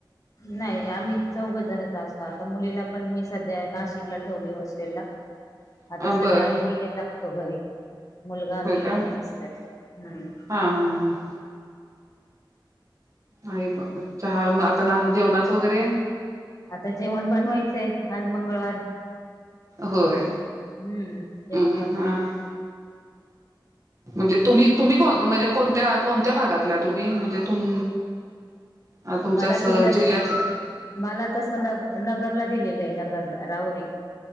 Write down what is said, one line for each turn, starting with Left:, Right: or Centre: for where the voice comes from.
Left: नाही आम्ही चौघजणच असतो. आता मुलीला पण मी सध्या नाशिकला ठेवले हॉस्टेलला,
Right: आहे
Left: आता सध्या
Right: बर
Left: आम्ही तीघेच असतो घरी, मुलगा
Right: होय
Left: मी
Right: का
Left: आणि मिस्टर हम्म,
Right: हा हा
Left: <inaudible>
Right: हा आहे मग चहा आता ना जेवणाच वगैरे?
Left: आता जेवण बनवायचंय. आज मंगळवार,
Right: होय
Left: हम्म जेवण
Right: हम्म
Left: बणवायचाय.
Right: हा हा म्हणजे तुम्ही तुम्ही को म्हणजे कोणत्या कोणत्या भागातल्या तुम्ही म्हणजे तुम अ तुमच्यास
Left: मला दिलं
Right: जिल्ह्यात
Left: मला तस न नगरला दिलेलं आहे नगरला राहोरी.